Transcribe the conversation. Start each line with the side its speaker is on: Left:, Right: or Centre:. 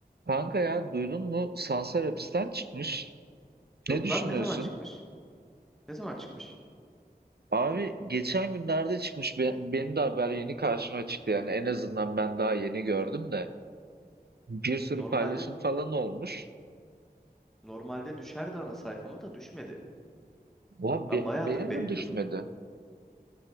Right: Kanka ya duydun mu? Sansar hapisten çıkmış.
Centre: Yok
Right: Ne düşünüyorsun?
Centre: lan ne zaman çıkmış? Ne zaman çıkmış?
Right: Abi geçen günlerde çıkmış. Be- benim de haber yeni karşıma çıktı yani. En azından ben daha yeni gördüm de. Bir sürü
Centre: Normalde
Right: paylaşım falan olmuş.
Centre: normalde düşerdi ana sayfama da düşmedi.
Right: Ulan
Centre: Ben
Right: be-
Centre: bayağıdır
Right: benim
Centre: bekliyordum.
Right: de düşmedi.